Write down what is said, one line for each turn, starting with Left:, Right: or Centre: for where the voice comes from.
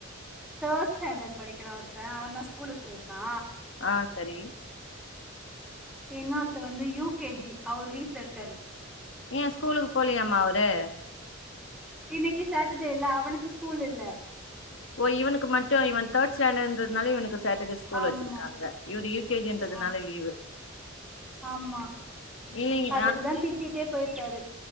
Centre: தேட் ஸ்டாண்டர்ட் படிக்கிறா ஒருத்தன் அவே தா ஸ்கூலுக்கு போயிருக்கா
Left: ஆ சரி
Centre: சி இன்னொருத்த வந்து யூகேஜி அவர் வீட்ல இருக்காரு
Left: ஏன் ஸ்கூலுக்கு போலியமா அவரு
Centre: இன்னைக்கு சேட்டர்டே இல்ல அவனுக்கு ஸ்கூல் இல்ல
Left: ஓ இவுக்கு மட்டு இவே தேட் ஸ்டேண்டர் ன்றதுனால இவுனுக்கு சேட்டர்டே ஸ்கூல்
Centre: ஆமா
Left: வச்சிருக்காங்க இவரு யூகேஜின்றதுனால
Centre: ஆ
Left: லீவு
Centre: ஆமா
Left: இல்லைங்க
Centre: அதுக்கு தா திட்டிட்டே பேயிருக்காரு